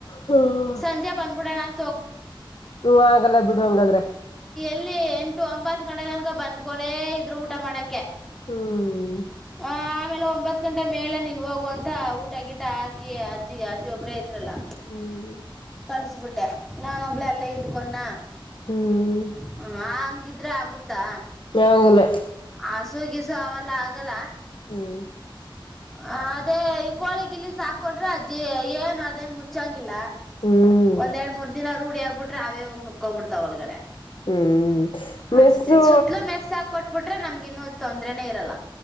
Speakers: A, on the left; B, in the centre.
A: ಹ್ಮ್
B: ಸಂಜೆ ಬಂದಬಿಡ್ತೀನಿ ಅಂತ್
A: ಹೂ ಆಗಲ್ಲ ಬಿಡು ಹಂಗಾದ್ರೆ.
B: ಅಲ್ಲಿ ಎಂಟು ಒಂಬತ್ ಗಂಟೆ ತನಕ ಬಂದ್ಕೊಂಡೆ ಇದ್ರು ಊಟ ಮಾಡಕೆ.
A: ಹ್ಮ್
B: ಹ ಆಮೇಲೆ ಒಂಬತ್ ಗಂಟೆ ಮೇಲೆ ನೀನ್ ಹೋಗು ಅಂತ ಊಟ ಗಿಟ ಹಾಕಿ ಅಜ್ಜಿಗೆ ಅಜ್ಜಿ ಒಬ್ರೇ ಇದ್ರಲ್ಲ
A: ಹ್ಮ್
B: ಕಳ್ಸಬಿಟ್ಟೆ ನಾನೊಬ್ಳ ಅಲ್ಲೇ ಇಡ್ಕೊಂಡ್ನ.
A: ಹ್ಮ್
B: ಹ ಹಂಗಿದ್ರೆ ಆಗುತ್ತಾ?
A: <unintelligible>
B: ಹಸು ಗಿಸು ಅವೆಲ್ಲ ಆಗಲ್ಲ.
A: ಹ್ಮ್
B: ಅದೇ ಈ ಕೋಳಿಗ ಇಲ್ಲಿ ಸಾಕೊಂಡ್ರೆ, ಅಜ್ಜಿ ಏನ್ ಅದೇನ್ ಮುಚ್ಚಂಗಿಲ್ಲ.
A: ಹ್ಮ್
B: ಒಂದ್ ಎರಡ್ ಮೂರ್ ದಿನ ರೂಢಿ ಆಗ್ಬಿಟ್ರೆ ಅವೇ ಹೋಗಿ ನುಕ್ಕೊಬಿಡ್ತಾವೆ ಒಳಗಡೆ.
A: ಹ್ಮ್ ಮೆಸ್ಸು
B: ಅಷ್ಟೇ, ಸುುತ್ಲು ಮೆಸ್ಸ ಹಾಕ ಕೊಟ್ಬಿಟ್ರೆ ನಮ್ಗ ಇನ್ನು ತೊಂದ್ರೆನೇ ಇರಲ್ಲ.